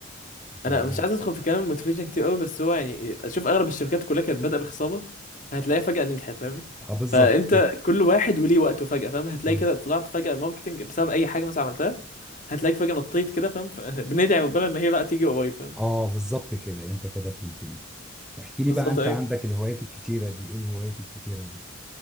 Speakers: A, on the left; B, in the centre.
A: انا
B: لو
A: مش
B: انا
A: عايز ادخل في كلام الموتيفيشن كتير قوي بس هو يعني شوف اغلب الشركات كلها كانت بادئة بخسارة هتلاقيها فجأة نجحت فاهمني
B: آه، بالظبط
A: فانت
B: كده
A: كل واحد وليه وقته فجأة فاهم هتلاقي
B: مم.
A: كده طلعت فجأة ماركتنج بسبب اي حاجة مثلا عملتها هتلاقيك فجأة نطيت كده فاهم فبندعي <laughs> ربنا ان هي بقى تيجي قريب فاهم
B: اه بالظبط كده انت كده فهمتني احكي
A: بالظبط
B: لي بقى انت
A: ايوه
B: عندك الهوايات الكتيره دي ايه الهوايات الكتيره دي